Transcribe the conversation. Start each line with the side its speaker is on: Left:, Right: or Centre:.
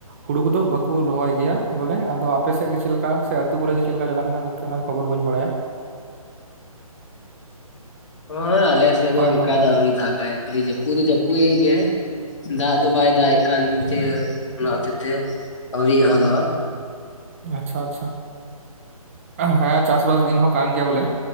Right: ᱦᱩᱲᱩ ᱠᱚᱫᱚ ᱵᱟᱠᱩ ᱨᱚᱦᱚᱭ ᱜᱮᱭᱟ ᱵᱚᱞᱮ ᱟᱫᱚ ᱟᱯᱮᱥᱮᱫ ᱜᱮ ᱪᱮᱫ ᱞᱮᱠᱟ ᱥᱮ ᱟᱛᱩ ᱠᱚᱨᱮ ᱜᱮ ᱪᱮᱫ ᱞᱮᱠᱟ ᱪᱟᱞᱟᱜ ᱠᱟᱱᱟ ᱜᱚᱝᱠᱮ? ᱥᱟᱱᱟᱢ ᱠᱷᱚᱵᱚᱨ ᱵᱟᱹᱧ ᱵᱟᱲᱟᱭᱟ᱾
Left: ᱦᱳᱭ ᱟᱞᱮ ᱥᱮᱫ ᱫᱚ
Right: ᱦᱳᱭ
Left: ᱚᱱᱠᱟ
Right: ᱦᱳᱭ
Left: ᱫᱚ ᱟᱹᱣᱨᱤ ᱫᱟᱠᱟᱭ ᱠᱷᱟᱹᱞᱤ ᱡᱟᱹᱯᱩᱫ ᱫᱚ ᱡᱟᱹᱯᱩᱫᱮᱫ ᱜᱮᱭᱟᱭ ᱫᱟᱜ ᱫᱚ ᱵᱟᱭ ᱫᱟᱜ ᱮᱫ ᱠᱟᱱᱛᱮ ᱚᱱᱟ ᱦᱚᱛᱮᱡ ᱛᱮ ᱟᱹᱣᱨᱤᱭ ᱮᱦᱚᱫᱚᱜᱼᱟ
Right: ᱟᱪᱪᱷᱟ ᱟᱪᱪᱷᱟ ᱦᱮᱸ ᱪᱟᱥᱵᱟᱥ ᱫᱤᱱ ᱦᱚᱸ ᱠᱟᱱ ᱜᱮᱭᱟ ᱵᱚᱞᱮ